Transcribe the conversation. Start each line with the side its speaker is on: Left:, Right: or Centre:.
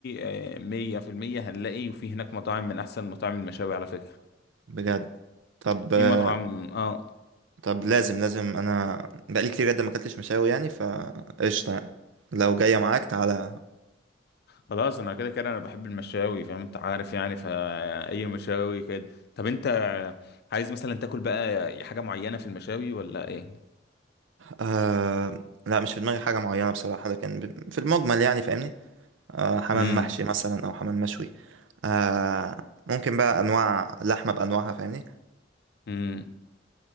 Left: آه، مية في المية هنلاقي وفي هناك مطاعم من أحسن مطاعم المشاوي على فكرة
Right: بجد طب
Left: في
Right: آه،
Left: مطعم اه
Right: طب لازم لازم انا بقالي كتير جدا ما اكلتش مشاوي يعني فقشطه يعني لو جايه معاك تعالى
Left: خلاص انا كده كده انا بحب المشاوي فاهم انت عارف يعني فاي مشاوي كده طب انت عايز مثلا تاكل بقى حاجه معينه في المشاوي ولا ايه
Right: آه لا مش في دماغي حاجة معينة بصراحة لكن ب- في المجمل يعني فاهمني آه حمام
Left: امم
Right: محشي مثلا أو حمام مشوي آه ممكن بقى أنواع لحمة بأنواعها فاهمني
Left: امم